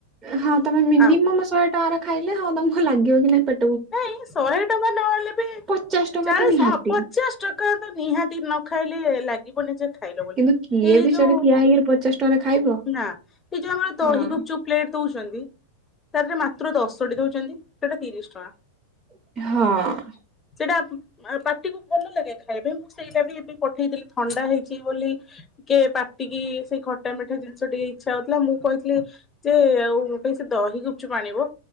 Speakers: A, on the right (about 20°); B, on the left (about 20°).
A: ହଁ ତମେ ମିନିମମ୍
B: ଆମ
A: ଶହେ ଟଙ୍କା ର ଖାଇଲେ, ହଁ ତମକୁ ଲାଗିବ କି ନାଇଁ ପେ
B: ନାଇଁ ଶହେ ଟଙ୍କା ନହେଲେ ବି
A: ପଚାଶ ଟଙ୍କା
B: ଚାଳିଶ୍
A: ତ ନିହାତି
B: ହଁ ପଚାଶ୍ ଟଙ୍କା ତ ନିହାତି ନ ନଖାଇଲେ ଲା ଯିବ ନିଜେ ଖାଇଲ ବୋଲି।
A: କିନ୍ତୁ କିଏ
B: ଏ
A: ବି
B: ଯୋଉ
A: ସେଠି ଠିଆ ହେଇକିରି ପଚାଶ ଟଙ୍କାରେ ଖାଇବ?
B: ନା ଏଇ ଯୋଉ ଆମ ଦହି
A: ହଁ।
B: ଗୁପ୍ ଚୁପ୍ ପ୍ଲେଟ୍ ଦଉଛନ୍ତି। ତା ଦେହରେ ମାତ୍ର ଦଶଟି ଦୋଉଛନ୍ତି, ସେଟା ତିରିଶ୍ ଟଙ୍କା।
A: ହଁ।
B: ସେଇଟା ପାଟିକୁ ଭଲ ଲାଗେ ଖାଇବା ପାଇଁ। ମୁଁ ସେଇଟା ବି ଏବେ ପଠେଇଥିଲି ଥଣ୍ଡା ହେଇଛି ବୋଲି ଟିକେ ପାଟିକି ସେ ଖ ମିଠା ମିଠା ଜିନିଷ ଟିକେ ଇଛା ହଉଥିଲା। ମୁଁ କହିଥିଲି ଯେ ଆଉ ମୋ ପାଇଁ ସେ ଦହି ଗୁ ଠୁ ଆଣିବ